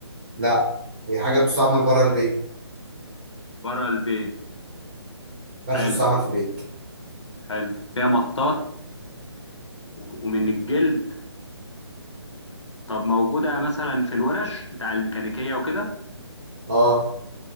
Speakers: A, on the right; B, on the left.
A: لا هي حاجة بتستعمل بره البيت
B: بره البيت
A: ما
B: حلو
A: ينفعش تستعمل في البيت
B: حلو فيها مطاط و- ومن الجلد طب موجودة مثلا في الورش بتاع الميكانيكية وكده
A: اه